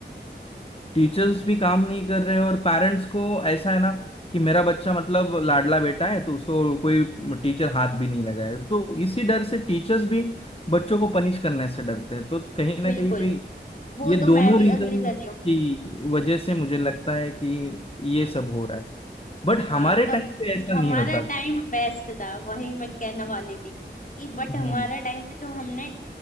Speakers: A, on the left (about 30°); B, on the left (about 45°).
A: टीचर्स भी काम नहीं कर रहे और पेरेंट्स को ऐसा है ना कि मेरा बच्चा मतलब लाडला बेटा है तो उसको कोई टीचर हाथ भी नहीं लगाए तो इसी डर से टीचर्स भी बच्चों को पनिश करने से डरते हैं तो कहीं ना
B: बिल्कुल
A: कहीं पे
B: वो
A: ये
B: तो
A: दोनों
B: मैं भी
A: रीजन
B: अग्री कर रही हूँ
A: की वजह से मुझे लगता है कि ये सब हो रहा है बट हमारे
B: हाँ पर
A: टाइम पे ऐसा
B: हमारा
A: नहीं होता
B: टाइम बेस्ट था वही मैं कहने वाली थी कि बट
A: हम्म
B: हमारा टाइम पे जो हमने